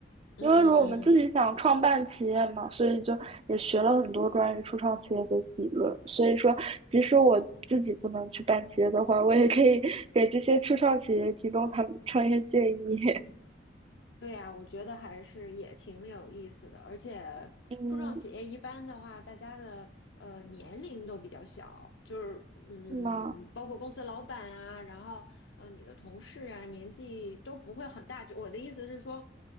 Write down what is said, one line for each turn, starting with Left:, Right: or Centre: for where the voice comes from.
Left: 嗯。
Right: 因为如果我们自己想创办企业嘛，所以就也学了很多关于初创企业的理论。所以说，即使我自己不能去办企业的话，我也可以 <laughs> 给这些初创企业提供他们创业建议。
Left: 对呀，我觉得还是也挺有意思的，而且
Right: <laughs> 嗯，
Left: 初创企业一般的话，大家的呃年龄都比较小，就是嗯，
Right: 是吗？
Left: 包括公司老板啊，然后呃你的同事啊，年纪都不会很大。就我的意思是说，